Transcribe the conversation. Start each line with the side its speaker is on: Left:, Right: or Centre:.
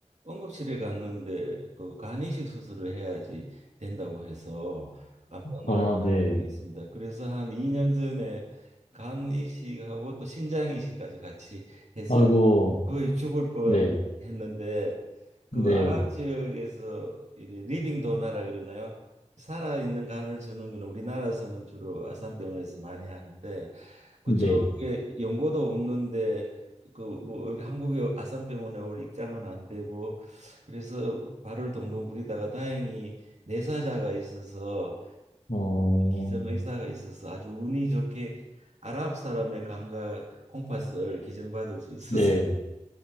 Right: 응급실에 갔는데 그 간이식 수술을 해야지 된다고 해서 깜짝 놀란
Left: 아, 네.
Right: 이 있습니다. 그래서 한 2년 전에 간 이식하고 또 신장 이식까지 같이 해서
Left: 아이고,
Right: 거의 죽을 뻔
Left: 네,
Right: 했는데 그
Left: 네,
Right: 아랍 지역에서 이래 리빙 도나라 그러나요? 살아있는 간을 주는 거는 우리나라에서는 주로 아산병원에서 많이 하는데 그쪽에
Left: 네.
Right: 연고도 없는데 그 뭐 한국의 아산병원에 올 입장은 안 되고 그래서 발을 동동 구리다가 다행히 내사자가 있어서
Left: 어,
Right: 기정의사가 있어서 아주 운이 좋게 아랍 사람의 감각 콩팥을 기증받을 수 있었습니다.
Left: 네.